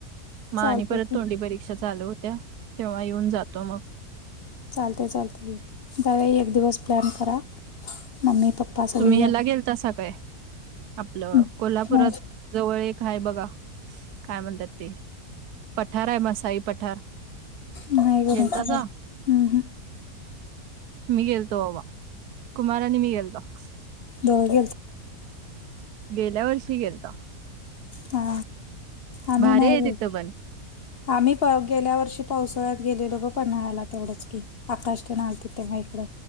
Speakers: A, on the right; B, on the left.
A: मग
B: चालतंय
A: आणि परत
B: की
A: तोंडी परीक्षा चालू होत्या तेव्हा येऊन जातो मग
B: चालते चालते त्यावेळी एक दिवस प्लॅन करा मम्मी पप्पा सगळे
A: तुम्ही
B: या
A: ह्याला गेलता स काय? आपलं
B: हं.
A: कोल्हापुरात
B: नाही
A: जवळ एक आहे बघा काय म्हणतात ते पठार आहे मसाई पठार.
B: नाही ग
A: गेलतासा
B: मी काय हं, हं.
A: मी गेलतो अवा. कुमार निमगलत.
B: दोत
A: गेल्या वर्षी गेलता.
B: हा आम्ही
A: भारी
B: नाही
A: आहे
B: बाई.
A: तिथं पण.
B: आम्ही गेल्या वर्षी पावसाळ्यात गेलेलो ग पन्हाळाला तेवढंच की आकाश पण आलते तेव्हा इकड